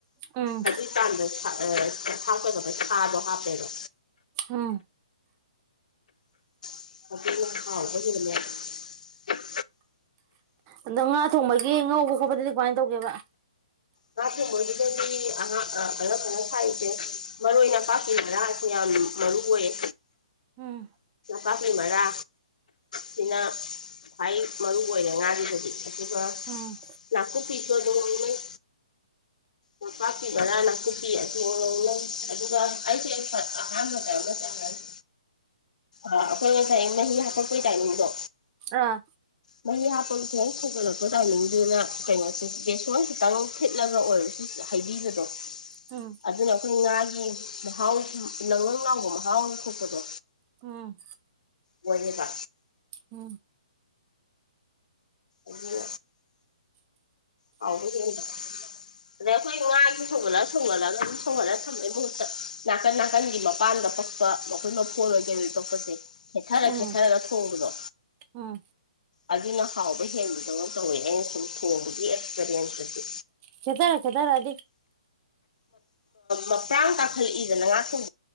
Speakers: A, on the right; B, on the left.
A: ꯎꯝ
B: ꯑꯗꯨꯏ ꯀꯥꯟꯗ ꯍꯥꯞꯄꯗ ꯁꯥꯗꯣ ꯍꯥꯞꯄꯦꯗꯣ
A: ꯎꯝ
B: ꯑ ꯍꯔ ꯀꯔꯃꯦ
A: ꯑꯗꯣ ꯉꯥ ꯊꯣꯡꯕꯒꯤ ꯉꯧꯕ ꯈꯣꯠꯄꯗꯗꯤ ꯀꯃꯥꯏꯅ ꯇꯧꯒꯦꯕ
B: ꯉꯥ ꯊꯣꯡꯕꯕꯁꯤꯗꯗꯤ ꯑꯍ ꯑꯅꯝꯕꯅ ꯁꯥꯛꯏꯁꯦ ꯃꯔꯣꯏ ꯅꯄꯥꯛꯄꯤ ꯃꯔꯔꯁꯨ ꯌꯥꯝ ꯃꯔꯨ ꯑꯣꯏꯌꯦ
A: ꯎꯝ
B: ꯄꯥꯛꯄꯤ ꯃꯔꯥ ꯁꯤꯅ ꯈ꯭ꯋꯥꯏ ꯃꯔꯨ ꯑꯣꯏꯔꯦ ꯉꯥꯒꯤꯗꯗꯤ ꯑꯗꯨꯒ
A: ꯎꯝ
B: ꯅꯥꯀꯨꯞꯄꯤꯁꯨ ꯑꯗꯨꯝꯅꯩ ꯅꯄꯥꯛꯄꯤ ꯕꯣꯔꯥ ꯅꯥꯀꯨꯞꯄꯤ ꯑꯅ ꯑꯗꯨꯒ ꯑꯩꯁꯦ ꯑꯍꯥꯟꯕꯗ ꯑꯃ ꯆꯪꯦ ꯑꯩꯈꯣꯏ ꯉꯁꯥꯏ ꯃꯍꯤ ꯍꯥꯄꯛꯄꯒꯤ ꯇꯥꯏꯃꯤꯡꯗꯣ
A: ꯑꯥ
B: ꯃꯍꯤ ꯍꯥꯞꯄꯒꯤ ꯈꯤꯇꯪ ꯊꯒꯠꯂꯛꯄ ꯇꯥꯏꯃꯤꯡꯗꯨꯗ ꯀꯩꯅꯣꯁꯦ ꯕꯦꯁꯣꯟ ꯈꯤꯇꯪ ꯐꯤꯠꯂꯒ ꯑꯣꯏꯔꯁꯨ ꯍꯥꯏꯩꯕꯤꯕꯗꯣ
A: ꯎꯝ
B: ꯑꯗꯨꯅ ꯑꯩꯈꯣꯏ ꯉꯥꯒꯤ ꯃꯍꯥꯎ ꯂꯪ ꯂꯪ ꯂꯅꯥꯎꯕ ꯃꯍꯥꯎ ꯑꯃ ꯊꯣꯛꯄꯗꯣ
A: ꯎꯝ
B: ꯑꯣꯏꯗ
A: ꯎꯝ
B: ꯑꯗꯨ ꯍꯥꯎꯕ ꯍꯦꯟꯕ ꯑꯗ ꯑꯩꯈꯣꯏ ꯉꯥꯥꯁ ꯁꯣꯒꯠꯂ ꯁꯣꯒꯠꯂꯒ ꯉ ꯁꯣꯒꯠꯂ ꯊꯝꯝꯕꯒꯤ ꯃꯍꯨꯠꯇ ꯅꯥꯀꯟ ꯅꯥꯀꯟꯒꯤ ꯃꯄꯥꯟꯗ ꯄꯛꯄ ꯃꯈꯣꯏ ꯃꯣꯟ ꯑꯣꯏꯒꯦꯔ ꯄꯛꯄꯁꯦ ꯈꯦꯊꯔ
A: ꯎꯝ
B: ꯈꯦꯊꯔꯒ ꯊꯣꯡꯕꯗꯣ
A: ꯎꯝ
B: ꯑꯗꯨꯅ ꯍꯥꯎꯕ ꯍꯦꯟꯕꯗꯧꯅ ꯇꯧꯋꯦ ꯑꯩꯅ ꯁꯨꯝ ꯊꯣꯡꯕꯗꯤ ꯐꯔꯤꯌꯥꯟ ꯆꯇꯦ
A: ꯈꯦꯠꯇꯔ ꯈꯦꯠꯇꯔꯗꯤ
B: ꯃꯄꯥꯡ ꯀꯥꯈꯠꯂꯛꯏꯗꯅ ꯉꯥꯛ ꯑꯗꯨꯝ